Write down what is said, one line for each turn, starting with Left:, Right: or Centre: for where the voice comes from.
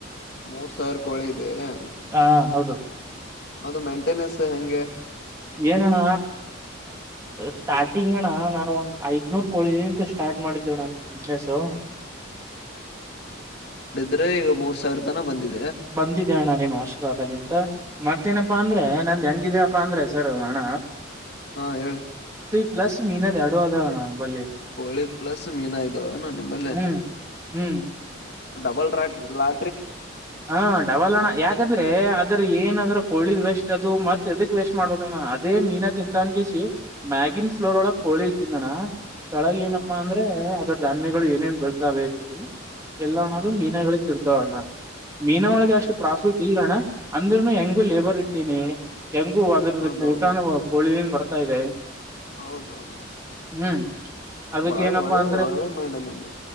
Left: ಮೂರ್ ಸಾವಿರ ಕೋಳಿ ಇದೆಯೆ
Right: ಹಾ ಹೌದು
Left: ಅದು ಮೇಂಟೆನೆನ್ಸ್ ಹೆಂಗೆ
Right: ಏನಣ್ಣ ಸ್ಟಾರ್ಟಿಂಗ್ ಅಣ್ಣ ನಾನು ಒಂದ್ ಐದನೂರ್ ನಿಂತ ಸ್ಟಾರ್ಟ್ ಮಾಡಿದ್ದಿವ ಅಣ್ಣ ಬಿಸ್ನೆಸು
Left: ್ರೆ ಈಗ ಮೂರ್ ಸಾವಿರ ತನ ಬಂದಿದೆ.
Right: ಬಂದಿದೆ ಅಣ್ಣ ನಿಮ್ಮ ಆಶೀರ್ವಾದಲಿಂತ. ಮತ್ತೇನಪ್ಪಾ ಅಂದ್ರೆ ನಂದು ಹೆಂಗಿದೀನಪ್ಪಾ ಅಂದ್ರೆ ಸರ್ ಹಣ.
Left: ಹಾ ಹೇಳ.
Right: ಪ್ಲಸ್ ಮೀನ್ದೆ ಎರಡು ಅದೋಣ ಬಲ್ಲಿ.
Left: ಕೋಳಿ ಪ್ಲಸ್ ಮೀನಾ ಇದ್ದಾವೆನ. ನಿ ಬ
Right: ಹ್ಮ್ ಹ್ಮ್
Left: ಬಲ್ ಟ್ರಕ್ ಲ.
Right: ಹಾ ಡಬಲ್ಣ ಯಾಕಂದ್ರೆ ಅದ್ರ ಏನಾದ್ರು. ಕೋಿದ್ ವೇಸ್ಟ್ ಅದು ಮತ್ತತ್ ಅದಕ್ ವೇಸ್ಟ್ ಮಾಡ್ಬಣ್ಣ ಅದೇ ಮೀನ ತಿಂತ ಅನ್ಗಿಸಿ ಮ್ಯಾಗಿನ್ ಫ್ಲೋರ್ ಒಳ. ಕೋಳಿ ಇಟ್ಟಂಗಣ್ಣ ತೊಳಗ ಏನಪ್ಪಾ
Left: ಹೌದು
Right: ಅಂದ್ರೆ ಅದ್ರಧಾನ್ಯಗಳು ಏನೇನ್ ಬೆಳ್ತಾವೆ. ಎಲ್ಲ
Left: ಹ
Right: ಅಣೂ
Left: ಹ
Right: ಮೀನಾಗಳಿಗೆ ತಿರ್ತಾವಣ ಮೀನ ಒಳಗೆ ಅಷ್ಟು ಪ್ರಾಫಿಟ್ ಇಲ್ಲಣ್ಣ. ಅಂದ್ರನು ಹೆಂಗು ಲೇಬರ್ ಇಟ್ಟೀಿನಿ ಹೆಂಗು ಅದ್ರದಕ್ಕೆ
Left: ಹೌದೌದು
Right: ಊಟಾನ ಪೋಳ. ಬರ್ತಾ ಇದೆ.
Left: ಹೌದೌದು
Right: ಹ್ಮ್. ಅದಕ್
Left: ಬಾಳ
Right: ಏನಪ್ಪಾ
Left: ಒಳ್ಳೇದು
Right: ಅಂದ್ರೆ
Left: ಒಳ್ಳೇ ಮಾಡಂಡೆ ನಿಮ್ದು.